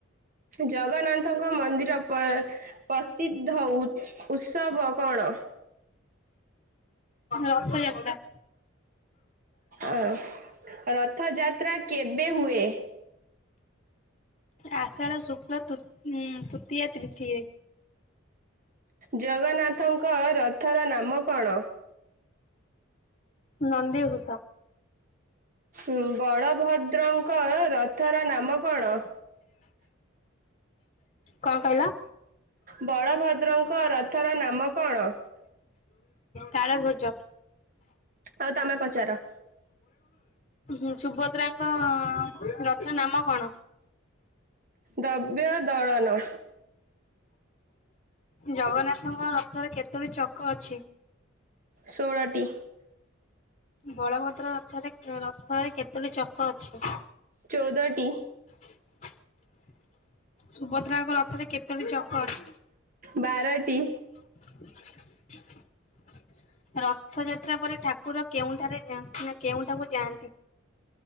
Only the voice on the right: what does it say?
ଜଗନ୍ନାଥଙ୍କ ମନ୍ଦିର ଚପଦ ପ୍ରସିଦ୍ଧ ଉତ୍ସବ କଣ?
ଆଁ ରଥଯାତ୍ରା କେବେ ହୁଏ।
ଜଗନ୍ନାଥଙ୍କ ରଥର ନାମ କଣ?
ଉଁ ବଳଭଦ୍ରଙ୍କ ରଥର ନାମ କଣ?
ବଳଭଦ୍ରଙ୍କ ରଥର ନାମ କଣ?
ଆଉ ତମେ ପଚାର?
ଦବ୍ୟ ଦଳାନ
ଶୋଳଟି।
ଚଉଦଟି
ବାରଟି।